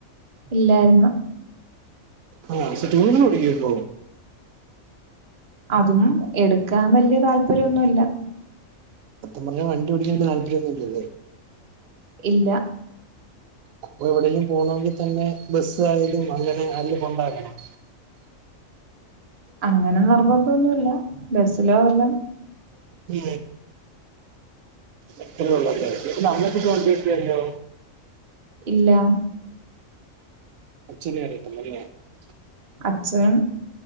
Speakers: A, on the right; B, on the right.
A: ഇല്ലായ്ര്ന്ന്.
B: ആ പക്ഷെ ടൂവീലർ ഓടിക്കുവായിരുന്നോ?
A: അതും എടുക്കാൻ വല്ല്യ താല്പര്യോന്നും ഇല്ല.
B: സത്യം പറഞ്ഞ വണ്ടി ഓടിക്കാൻ താല്പര്യൊന്നും ഇല്ല അല്ലേ?
A: ഇല്ല.
B: അപ്പം എവിടെലും പോണോങ്കി തന്നെ ബസ്സ് ആയാലും അങ്ങനെ ആരേലും കൊണ്ടാക്കണം.
A: അങ്ങനെ നിർബന്തൊന്നും ഇല്ല ബസ്സിലോ വല്ലോം
B: ഉം അത്രയൊള്ള അല്ലേ <unintelligible> വണ്ടി കിട്ടിയല്ലോ?
A: ഇല്ലാ.
B: <unintelligible>
A: അച്ഛനും